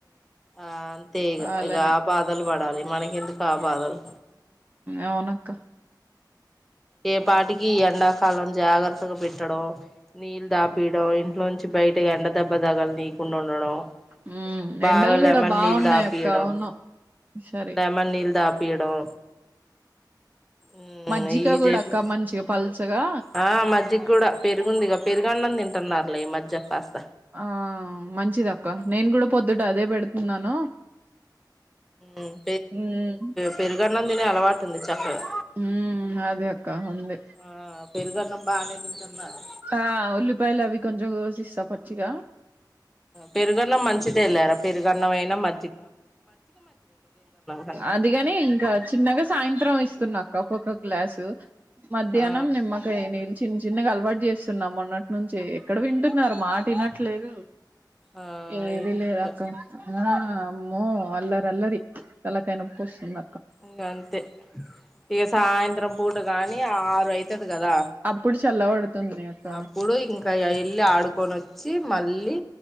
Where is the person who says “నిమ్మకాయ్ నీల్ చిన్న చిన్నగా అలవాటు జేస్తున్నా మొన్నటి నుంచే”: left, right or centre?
Right